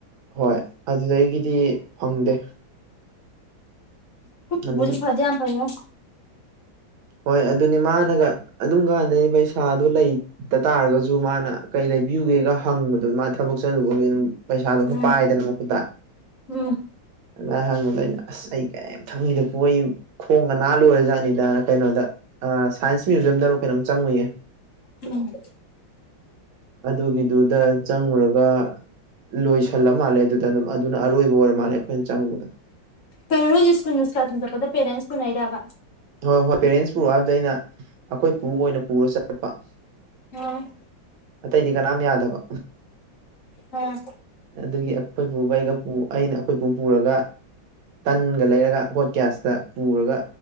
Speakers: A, on the right (about 85°); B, on the left (about 50°).
A: ꯍꯣꯏ ꯑꯗꯨꯗꯒꯤꯗꯤ ꯐꯪꯗꯦ
B: ꯈꯣꯏ ꯄꯨꯄꯨꯁꯦ
A: ꯑꯗꯨꯝ
B: ꯐꯗꯤ ꯌꯥꯝ ꯐꯩꯉꯣ
A: ꯍꯣꯏ ꯑꯗꯨꯅꯤ ꯃꯥꯅꯒ ꯑꯗꯨꯝ ꯀꯥꯟꯗꯗꯤ ꯄꯩꯁꯥꯗꯨ ꯂꯩ ꯇ ꯇꯥꯔꯒꯁꯨ ꯃꯥꯅ ꯀꯩ ꯂꯩꯕꯤꯌꯨꯒꯦꯒ ꯍꯪꯕꯗꯣ ꯃꯥ ꯊꯕꯛ ꯆꯠꯂꯨꯕꯒꯤ ꯑꯗꯨꯝ ꯄꯩꯁꯥꯗꯨꯣ ꯈꯔ
B: ꯎꯝ
A: ꯄꯥꯏꯗꯅ ꯃꯈꯨꯠꯗ
B: ꯎꯝ
A: ꯑꯗꯨꯗ ꯍꯪꯕꯗ ꯑꯩꯅ ꯑꯁ ꯑꯩ ꯀꯔꯤꯝ ꯈꯪꯗꯦ ꯄꯨ ꯑꯩ ꯈꯣꯡꯒ ꯅꯥ ꯂꯣꯏꯔꯖꯥꯠꯅꯤꯗꯅ ꯀꯩꯅꯣꯗ ꯑꯥ ꯁꯥꯏꯟꯁ ꯃ꯭ꯌꯨꯖꯤꯌꯝꯗꯔ ꯀꯩꯅꯣ ꯆꯪꯉꯨꯏꯌꯦ
B: ꯎꯝ
A: ꯑꯗꯨꯒꯤꯗꯨꯗ ꯆꯪꯉꯨꯔꯒ ꯂꯣꯏꯁꯜꯂ ꯃꯥꯜꯂꯦ ꯑꯗꯨꯗ ꯑꯗꯨꯝ ꯑꯗꯨꯅ ꯑꯔꯣꯏꯕ ꯑꯣꯏꯔ ꯃꯥꯜꯂꯦ ꯑꯩꯈꯣꯏꯅ ꯆꯪꯕꯗ
B: ꯀꯩꯅꯣ ꯅꯣꯏꯁꯦ ꯁ꯭ꯀꯨꯟ ꯑꯦꯛꯁꯀꯥꯔꯁꯟ ꯆꯠꯄꯗ ꯄꯦꯔꯦꯟꯁ ꯄꯨꯅꯩꯔꯕ
A: ꯍꯣꯏ ꯍꯣꯏ ꯄꯦꯔꯦꯟꯁ ꯄꯨꯔꯛꯑꯣ ꯍꯥꯏꯕꯗ ꯑꯩꯅ ꯑꯈꯣꯏ ꯄꯨ ꯑꯣꯏꯅ ꯄꯨꯔ ꯆꯠꯄ
B: ꯑꯣ
A: ꯑꯇꯩꯗꯤ ꯀꯅꯥꯝ ꯌꯥꯗꯕ
B: ꯑꯥ
A: ꯑꯗꯨꯒꯤ ꯑꯩꯈꯣꯏ ꯄꯨꯒ ꯑꯩꯒ ꯑꯩꯅ ꯑꯩꯈꯣꯏꯄꯨ ꯄꯨꯔꯒ ꯇꯟꯒ ꯂꯩꯔꯒ ꯍꯣꯠ ꯒ꯭ꯌꯥꯁꯇ ꯄꯨꯔꯒ